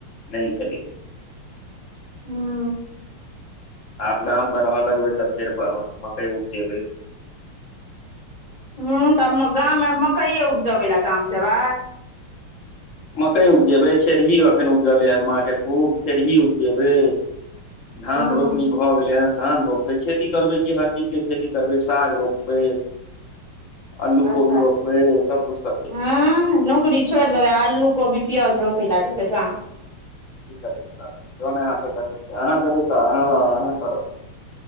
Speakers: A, on the left; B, on the left.
A: नहि भेलै
B: हूंम्म
A: आब गाम मे रहऽ लगबै तऽ फेर मकइ उपजेबै
B: उंम्म तऽ गाममे मकइए उपजबै लए गाम जेबै
A: मकइ उपजेबै खेरभी अखन उपजले हन माँ के खूब खेरभी उपजेबै धान
B: हूँ
A: रोपनी भऽ गेलै हन धान रोपबै खेत खेती करबै कि हर चीज के खेती करबै साग रोपबै आलू
B: अच्छा
A: कोबी रोपबै सब कुछ करबै
B: हँ नौकरी छोड़ि देबै आलू कोबी प्यज रोपे लए देबै गाम
A: की करबी तऽ जोने हाथे कर अहाँ देबै तऽ अहाँ रह अह कर